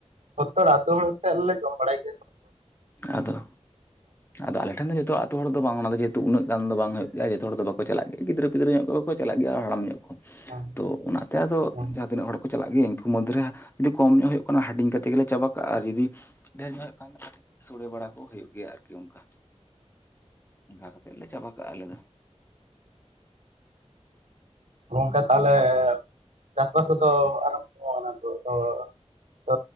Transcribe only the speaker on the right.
ᱡᱷᱚᱛᱚ ᱟᱹᱛᱳ ᱦᱚᱲ ᱛᱮᱞᱮ ᱡᱚᱢ ᱵᱟᱲᱟᱭ ᱜᱮᱭᱟ ᱾
ᱦᱮᱸ
ᱦᱮᱸ
ᱜᱚᱝᱠᱮ ᱛᱟᱦᱚᱞᱮ ᱪᱟᱥ ᱵᱟᱥ ᱠᱚᱫᱚ ᱟᱨᱚᱢᱵᱚ? ᱛᱚ ᱚᱱᱛᱮ